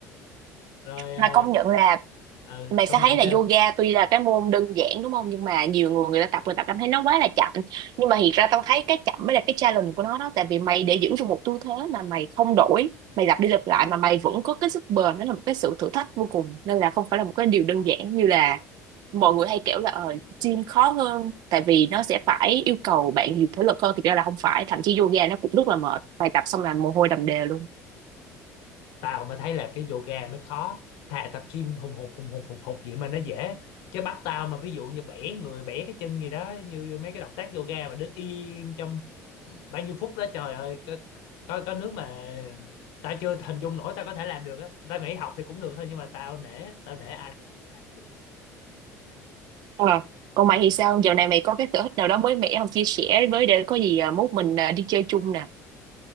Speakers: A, on the left (about 60°); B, on the right (about 55°).
A: Rồi ờ,
B: mà công nhận là
A: ờ,
B: mày
A: công
B: sẽ
A: nhận
B: thấy là
A: sao?
B: yoga tuy là cái môn đơn giản đúng không nhưng mà nhiều người người ta tập người ta cảm thấy nó quá là chậm nhưng mà thiệt ra tao thấy cái chậm mới là cái challenge của nó đó tại vì mày để giữ được một tư thế mà mày không đổi mày lặp đi lặp lại mà mày vẫn có cái sức bền đó là một cái sự thử thách vô cùng nên là không phải là một cái điều đơn giản như là mọi người hay kiểu là ờ gym khó hơn tại vì nó sẽ phải yêu cầu bạn nhiều thể lực hơn thực ra là không phải thậm chí yoga nó cũng rất là mệt bài tập xong là mồ hôi đầm đìa luôn
A: tao mới thấy là cái yoga mới khó thà tập gym hùng hục hùng hục hùng hục vậy mà nó dễ chứ bắt tao mà ví dụ như bẻ người bẻ cái chân gì đó như, như mấy cái động tác yoga mà đứng im trong bao nhiêu phút đó trời ơi có có, có nước mà tao chưa hình dung nổi tao có thể làm được á tao nghĩ học thì cũng được thôi nhưng mà tao nể tao nể ai mà có thể làm được
B: Ờ. Còn mày thì sao? Dạo này mày có cái sở thích nào đó mới mẻ không? Chia sẻ với để có gì à, mốt mình à, đi chơi chung nè.